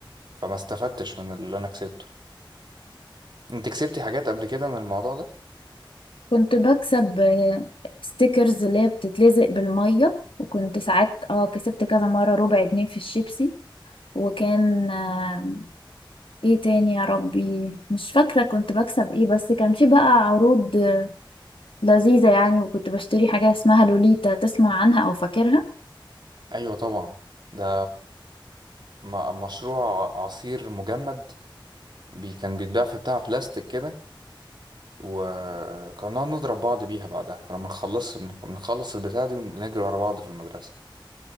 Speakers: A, on the right; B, on the left.
A: فما استفدتش من اللي أنا كسبته أنت كسبتي حاجات قبل كده من الموضوع ده؟
B: كنت بكسب آه، ستيكرز اللي هي بتتلزق بالمية وكنت ساعات اه كسبت كذا مرة ربع جنيه في الشيبسي وكان آه، ايه تاني يا ربي مش فاكرة كنت بكسب ايه بس كان في بقى عروض آه، لذيذة يعني وكنت بشتري حاجة اسمها لوليتا تسمع عنها او فاكرها
A: أيوة طبعا ده م- مشروع عصير مجمد بي كان بيتباع في بتاع بلاستيك كده وكنا نقعد نضرب بعض بيها بعدها كنا بنخلص بن- بنخلص البتاع دي ونجري ورا بعض في المدرسة